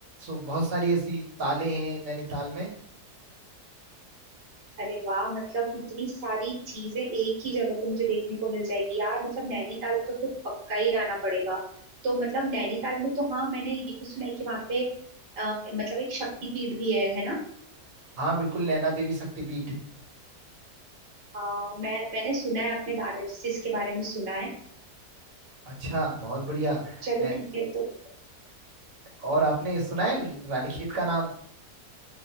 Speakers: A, on the right (about 55°); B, on the right (about 40°).
A: सो बहुत सारी ऐसी ताले हैं नैनीताल में
B: अरे वाह मतलब इतनी सारी चीजें एक ही जगह पे मुझे देखने को मिल जाएगी यार मतलब नैनीताल तो फिर पक्का ही आना पड़ेगा तो मतलब नैनीताल में तो हाँ मैंने ये भी सुना है कि वहाँ पे अ, मतलब एक शक्तिपीठ भी है है ना
A: हाँ बिल्कुल नैना देवी शक्तिपीठ
B: हाँ मैं मैंने सुना है अपने दादाजी से इसके बारे में सुना है
A: अच्छा बहुत बढ़िया
B: चलो
A: ए,
B: ठीक है तो
A: और आपने सुना है रानीखेत का नाम